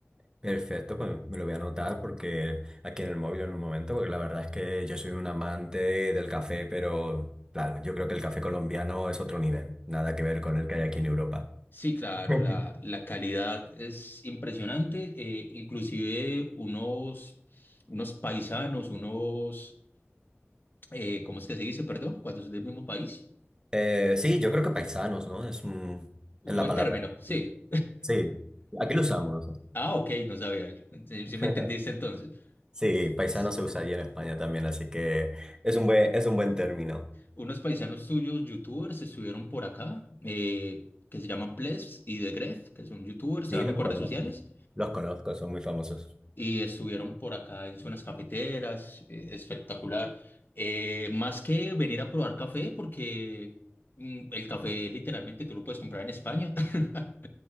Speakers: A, on the right (about 15°); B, on the left (about 45°).
A: perfecto, pues me lo voy a anotar porque aquí en el móvil en un momento, porque la verdad es que yo soy un amante del café, pero claro, yo creo que el café colombiano es otro nivel, nada que ver con el que hay aquí en Europa.
B: Sí, claro,
A: <laughs>
B: la, la calidad es impresionante. eh, inclusive unos, unos paisanos, unos, eh, ¿cómo es que se dice? Perdón, cuando son del mismo país.
A: Eh, sí, yo creo que paisanos, ¿no? Es, un-
B: Un
A: es la
B: buen
A: palabra.
B: término, sí.
A: Sí, aquí lo usamos.
B: Ah, ok, no sabía. Sí,
A: <laughs>
B: sí me entendiste entonces.
A: Sí, paisano
B: S-
A: se usa allí en España también, así que es un buen, es un buen término.
B: Unos paisanos tuyos, youtubers, estuvieron por acá, eh, que se llaman Plebs y The Gref, que son youtubers,
A: Sí,
B: trabajan
A: los
B: en
A: conozco.
B: redes sociales.
A: Los conozco, son muy famosos.
B: y estuvieron por acá en zonas cafeteras, eh, espectacular. Eh, más que venir a probar café, porque mm, el café literalmente tú lo puedes comprar en España, <laughs>